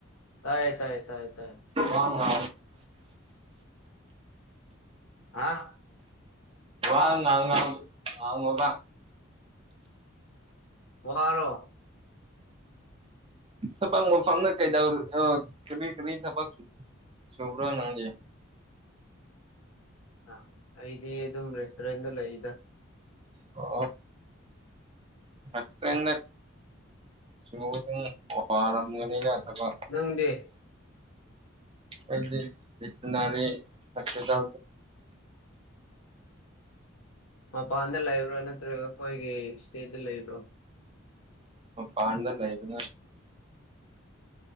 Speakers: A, on the left; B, on the right.
A: ꯇꯥꯏ ꯇꯥꯏ ꯇꯥꯏ ꯇꯥꯏ
B: ꯋꯥ ꯉ
A: ꯍꯥ
B: ꯋꯥ ꯉ ꯉꯥꯡ ꯑꯉꯣꯕ
A: ꯋꯥꯔ
B: ꯊꯄꯥ ꯐꯝꯅ ꯀꯩꯗ ꯀ ꯀ ꯊꯄꯁꯨ ꯁꯕ꯭ꯔꯣ ꯅꯪꯦ
A: ꯑ ꯑꯩꯗꯤ ꯑꯗꯨꯝ ꯔꯦꯁꯇꯨꯔꯦꯟꯗ ꯂꯩꯗ
B: ꯑꯣ ꯐꯁ ꯇ꯭ꯔꯟꯅ ꯁ ꯑꯗꯨ ꯋꯥꯔꯝꯒꯅꯤꯒ ꯊꯕꯛ
A: ꯅꯪꯗꯤ
B: ꯑꯩꯗꯤ ꯦꯠꯅꯔꯤ ꯂ
A: ꯃꯄꯥꯟꯗ ꯂꯩꯕ꯭ꯔꯣ ꯅꯠꯇ꯭ꯔꯒ ꯑꯩꯈꯣꯏꯒꯤ ꯏꯁꯇꯦꯠꯇ ꯂꯩꯕ꯭ꯔꯣꯥ
B: ꯑꯣ ꯄꯥꯟꯗꯔ ꯂꯩꯕꯦ